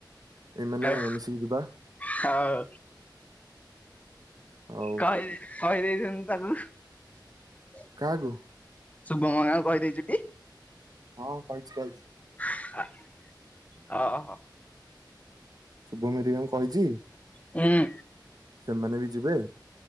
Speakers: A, on the right (about 55°); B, on the left (about 20°).
A: ଏମାନେ
B: ହଉ
A: ମିଶିକି ଯିବା
B: <inaudible> ହଉ
A: ଆଉ
B: କହ କହିଦେଇଛନ୍ତି। <unintelligible>
A: କାହାକୁ।
B: ଶୁଭମ ହେରିକା ଙ୍କୁ କହିଦେଇଛୁଟି।
A: ହଁ କହିଛି କହିଛି
B: <inaudible> ଆ। ଅହଂ।
A: ଶୁଭମ ହେରିକା ଙ୍କୁ। କହିଚି
B: ହୁଁ
A: ସେମାନେ ବି ଯିବେ।